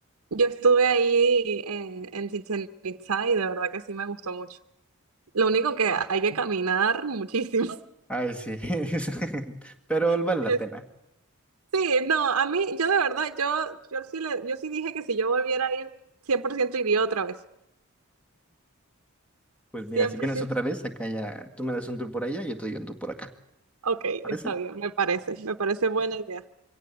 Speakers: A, on the right (about 75°); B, in the centre.
A: yo estuve ahí eh, en Chichen Itza y de verdad que sí me gustó mucho. Lo único que hay que caminar muchísimo.
B: Ay, sí, <laughs> es- pero
A: <laughs>
B: vale la pena.
A: Sí, no, a mí, yo de verdad, yo, yo sí le, yo sí dije que si yo volviera a ir, 100% iría otra vez.
B: Pues mira,
A: Cien
B: si
A: por
B: vienes
A: ciento.
B: otra vez, acá ya tú me das un tour por allá y yo te doy un tour por acá.
A: Ok,
B: ¿Parece?
A: está bien, me parece, me parece buena idea.